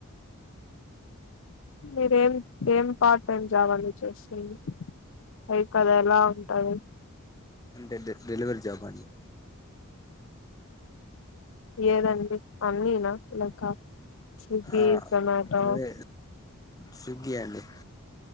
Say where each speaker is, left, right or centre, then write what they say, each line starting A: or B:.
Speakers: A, on the left; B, on the left.
A: మీరేవి ఏం పార్ట్ టైమ్ జాబ్ ఆ నువ్వు చేస్తుంది పైకి అదోలా ఉంటది.
B: అంటే డె డెలివరీ జాబ్ అండి.
A: ఏదండి అన్నీనా లెక్క స్విగ్గీ
B: ఆ
A: జోమాటో
B: అదే స్విగ్గీ అండి